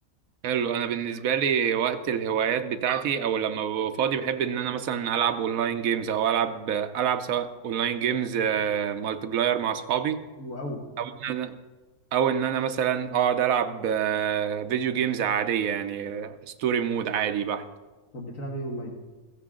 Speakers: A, on the right; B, on the left.
A: حلو انا بالنسبه لي وقت الهوايات بتاعتي او لما ببقى فاضي بحب ان انا مثلا العب اونلاين جيمز او العب العب سواء اونلاين جيمز مالتي بلاير مع اصحابي
B: حلو قوي
A: او ان انا او ان انا مثلا اقعد العب آه، فيديو جيمز عاديه يعني آه، ستوري مود عادي بحت
B: طب بتلعب ايه اونلاين